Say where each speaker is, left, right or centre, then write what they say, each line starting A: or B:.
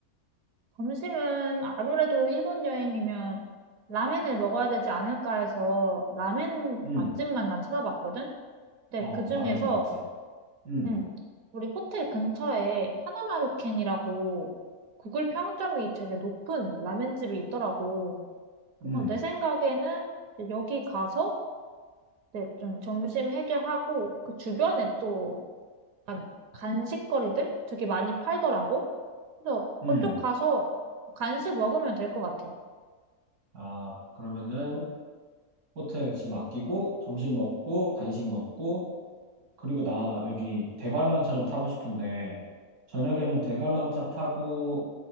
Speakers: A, on the right; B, on the right.
A: 점심은 아무래도 일본 여행이면 라멘을 먹어야 되지 않을까 해서, 라멘
B: 음,
A: 맛집만 난 찾아봤거든? 근데
B: 어,
A: 그 중에서
B: 라멘 맛집. 음,
A: 응. 우리 호텔 근처에 하나마루켄이라고 구글 평점이 되게 높은 라면집이 있더라고. 그래서
B: 음,
A: 내 생각에는 이제 여기 가서 이제 좀 점심 해결하고 그 주변에 또 약간 간식거리들 되게 많이 팔더라고. 그래서
B: 음.
A: 그쪽 가서 간식 먹으면 될 것 같아.
B: 아, 그러면은 호텔에 집 맡기고 점심 먹고 간식 먹고 그리고 나 여기 대관람차 좀 타고 싶은데 저녁에는 대관람차 타고